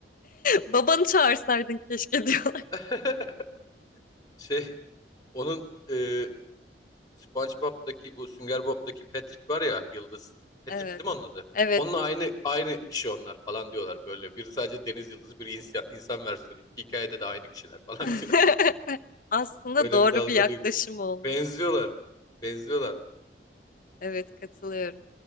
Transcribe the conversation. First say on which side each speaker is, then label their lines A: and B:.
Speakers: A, on the left; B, on the left.
A: Babanı çağırsaydın keşke <laughs> diyorlar.
B: <laughs> Şey onun e, SpongeBob'daki bu Sünger Bob'daki Patrick var ya yıldız. Patrick
A: Evet.
B: dedim onun adı.
A: Evet.
B: Onunla aynı aynı kişi onlar falan diyorlar böyle. Biri sadece deniz yıldızı, biri insan, insan versiyonu. İki hikayede de aynı kişiler falan
A: <laughs>
B: diyor.
A: Aslında
B: <laughs> Öyle
A: doğru
B: bir dalga
A: bir yaklaşım
B: duymuş.
A: olmuş.
B: Benziyorlar. Benziyorlar.
A: Evet katılıyorum.